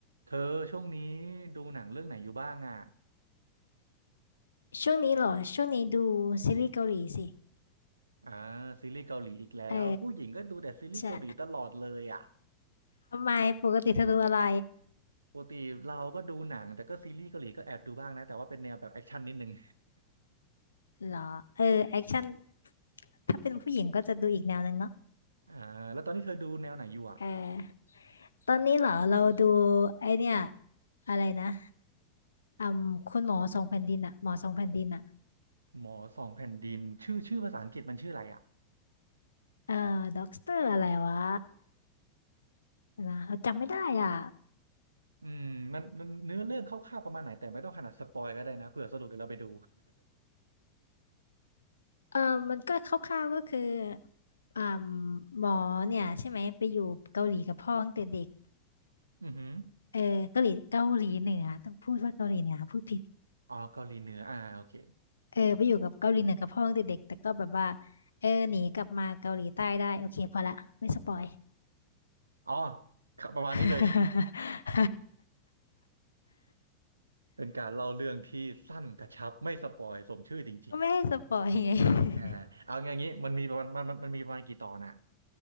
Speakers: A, on the right (about 80°); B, on the left (about 75°).
A: เธอช่วงนี้ดูหนังเรื่องไหนอยู่บ้างอ่ะ
B: ช่วงนี้เหรอช่วงนี้ดูซีรีส์เกาหลีสิ
A: อ่าซีรีส์เกาหลีอีกแล้วผู้หญิงก็ดูแต่ซีรีส์เกาหลีตลอดเลยอ่ะ
B: เออจะทำไมปกติเธอดูอะไร
A: ปกติเราก็ดูหนังแต่ก็ซีรีส์เกาหลีก็แอบดูบ้างนะแต่ว่าเป็นแนวแบบแอคชั่นนิดนึง
B: เหรอเออแอคชั่นถ้าเป็นผู้หญิงก็จะดูอีกแนวหนึ่งเนาะ
A: <laughs> อ่าแล้วตอนนี้เธอดูแนวไหนอยู่อ่ะ
B: เออตอนนี้เหรอเราดูไอเนี่ยอะไรนะอืมคุณหมอสองแผ่นดินอะหมอสองแผ่นดินอะ
A: หมอสองแผ่นดินชื่อชื่อภาษาอังกฤษมันชื่ออะไรอ่ะ
B: เออด็อกเตอร์อะไรวะนะเราจำไม่ได้อ่ะ
A: อืมมันมันเนื้อเรื่องคร่าวๆประมาณไหนแต่ไม่ต้องขนาดสปอยก็ได้นะเผื่อสะดุดเดี๋ยวเราไปดู
B: เออมันก็คร่าวๆก็คืออ่าหมอเนี่ยใช่ไหมไปอยู่เกาหลีกับพ่อตั้งแต่เด็ก
A: <laughs> อือหือ
B: เออเกาหลีเกาหลีเหนือต้องพูดว่าเกาหลีเหนือพูดผิด
A: อ๋อเกาหลีเหนืออ่าโอเค
B: เออไปอยู่กับเกาหลีเหนือกับพ่อตั้งแต่เด็กแต่ก็แบบว่าเออหนีกลับมาเกาหลีใต้ได้โอเคพอละไม่สปอย
A: อ๋อประมาณนี้เลย
B: <laughs>
A: เป็นการเล่าเรื่องที่สั้นกระชับไม่สปอยสมชื่อจริง
B: ก็ไม่ให้สปอยไง
A: ๆอ่าเอาอย่างนี้มันมีประมาณมันมันมันมีประมาณกี่ตอนอ่ะ
B: <laughs>